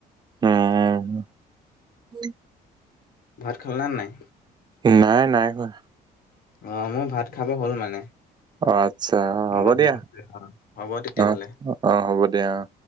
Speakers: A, on the right; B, on the left.
A: উম উম।
B: ভাত খালা নাই?
A: নাই নাই খোৱা।
B: অ আমাৰ ভাত খাব হ'ল মানে।
A: অ আচ্ছা,
B: বাঢ়ি
A: হ'ব দিয়া,
B: থৈছে অ' হ'ব তেতিয়াহ'লে।
A: অ অ হ'ব দিয়া অ।